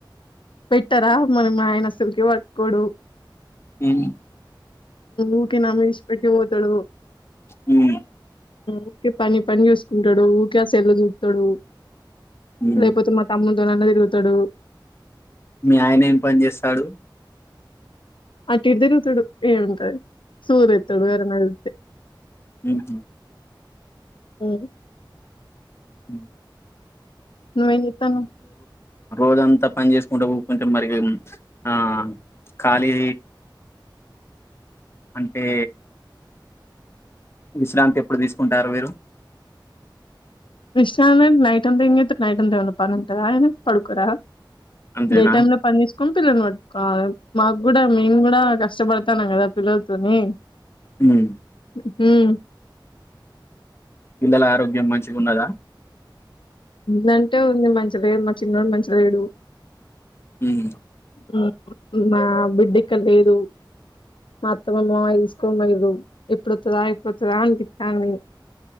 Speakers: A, on the left (about 80°); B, on the left (about 30°).
A: పెట్టారా మనం ఆయన అసలుకి పట్టుకోడు
B: ఉమ్
A: ఊకే నా మీద విడిచిపెట్టి పోతాడు
B: హూ మ్
A: ఊకే పని పని చూసుకుంటాడు ఊకే సెల్లు చూస్తాడు
B: ఉమ్.
A: లేపోతే మా తాము గా తిరుగుతాడు
B: మీ ఆయన ఏం పని చేస్తాడు
A: అటు ఇటు తిరుగుతుడు ఏముంటది సూర్ ఇ తడు వేర నతే
B: హూ హు
A: ఉమ్.
B: మ్
A: నువ్వేం జెత్తానావ్
B: రోజంతా పని చేస్కుంట కూకుంటే మరింగ్ ఆ ఖాళీ అంటే విశ్రాంతి ఎప్పుడు తీసుకుంటారు మీరు
A: విశ్రామెంట్ నైట్ అంత ఏం జెత్తర్ నైట్ అంతా ఏమన్నా పనుంటదా పడుకోరా
B: అంతేనా
A: డే టైమ్ లో పని చేసుకున్ పిల్లల్నోడ్ కాదు మాగ్గుడా మేం గు కష్టపడతానం గదా పిల్లలతోని
B: మ్మ్
A: మ్మ్
B: పిల్లల ఆరోగ్యం మంచిగున్నదా
A: నంటే ఉంది మంచి లేరు మా చిన్నోడు మంచి లేడు
B: హ్మ్మ్
A: మ్మ్ మా బిడ్డిక్కడ్ లేడు మాఅత్త మా మామయ్య తీసుకోన్పొయ్యిర్రు ఎప్పుడొత్తదా ఎప్పుడొత్తదా అన్పిత్తాంది